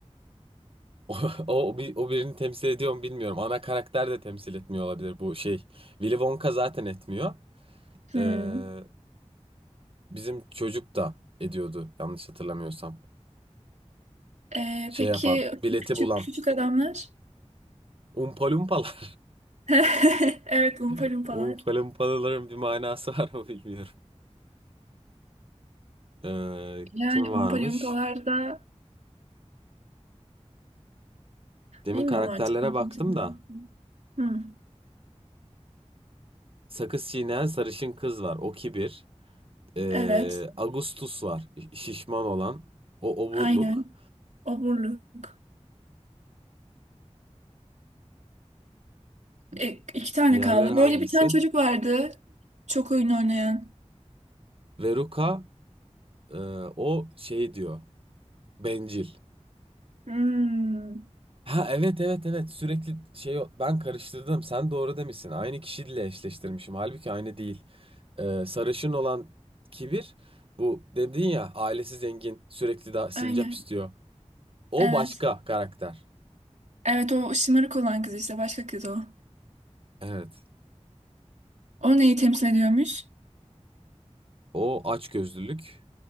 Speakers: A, on the right; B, on the right.
A: O, o, bir- o birini temsil ediyor mu bilmiyorum. Ana karakter de temsil etmiyor olabilir bu şey. Willy Wonka zaten etmiyor.
B: Hmm.
A: Ee, Bizim çocuk da ediyordu yanlış hatırlamıyorsam.
B: Ee,
A: Şey
B: peki
A: yapan, bileti
B: küçük
A: bulan.
B: küçük adamlar?
A: Umpalumpalar.
B: <laughs> Evet, Umpa
A: <laughs>
B: Lumpalar.
A: Umpalumpaların bir manası var mı bilmiyorum. Ee,
B: Yani
A: kim
B: Umpa
A: varmış?
B: Lumpalar da
A: Demin
B: bilmiyorum
A: karakterlere
B: artık ne
A: baktım
B: kimse diyor.
A: da.
B: Hmm,
A: Sakız çiğneyen sarışın kız var. O kibir. Ee,
B: evet,
A: Agustus var. Şişman olan. O oburluk.
B: aynen. Oburluk. E, iki tane
A: Diğerleri
B: kaldı.
A: hangisi?
B: Böyle bir tane çocuk vardı. Çok oyun oynayan.
A: Veruka e, o şey diyor. Bencil.
B: Hmm,
A: Ha evet evet evet sürekli şey o- ben karıştırdım sen doğru demişsin aynı kişiyle eşleştirmişim halbuki aynı değil Ee, sarışın olan kibir bu dedin ya ailesi zengin sürekli daha sincap
B: aynen.
A: istiyor o
B: Evet.
A: başka karakter
B: Evet o şımarık olan kız işte başka kız o.
A: evet
B: O neyi temsil ediyormuş?
A: o açgözlülük